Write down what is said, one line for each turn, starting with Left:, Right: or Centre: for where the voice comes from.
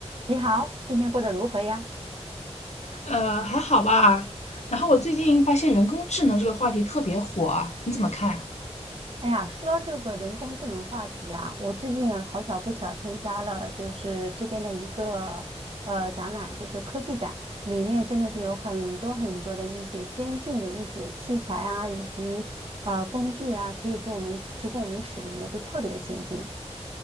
Right: 你好，今天过得如何呀？
Left: 呃，还好吧。然后我最近发现人工智能这个话题特别火啊，你怎么看啊？
Right: 哎呀，说到这个人工智能话题啊，我最近好巧不巧参加了就是这边的一个呃展览，就是科技展，里面真的是有很多很多的一些先进的一些器材啊，以及呃工具啊，可以给我们提供我们使用的，就特别的先进。